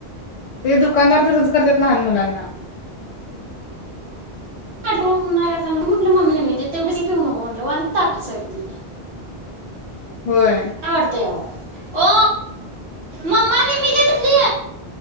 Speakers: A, on the left; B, on the right.
A: ते दुकानदार तसच करत्यात लहान मुलांना
B: होणारा जाण म्हट मम्मी ला निम्मी दे तेवढीच पिऊ नको म्हणलो आणि ताप सर्दी
A: होय
B: का वाढतेय आव ओ मम्मा निम्मी दे तुली